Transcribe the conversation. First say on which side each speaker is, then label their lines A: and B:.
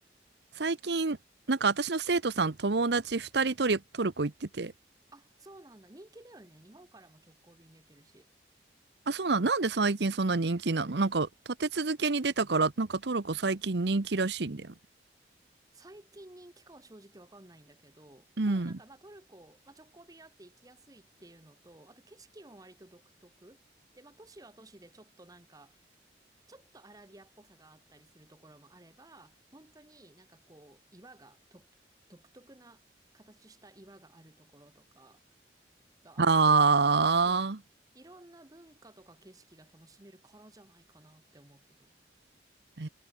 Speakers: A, on the right; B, on the right.
A: 最近、なんか私の生徒さん友達二人トリ、トルコ行ってて。
B: あ、そうなんだ。人気だよね。日本からも直行便出てるし。
A: あ、そうなん、なんで最近そんな人気なのなんか立て続けに出たから、なんかトルコ最近人気らしいんだよね。
B: 最近人気かは正直わかんないんだけど、
A: うん。
B: ただなんかまあトルコ、まあ直行便あって行きやすいっていうのと、あと景色も割と独特。で、まあ都市は都市でちょっとなんか、ちょっとアラビアっぽさがあったりするところもあれば、本当になんかこう、岩がと、独特な形した岩があるところとか、があって、
A: あ
B: そう。いろんな文化とか景色が楽しめるからじゃないかなって思うけど。
A: あ、え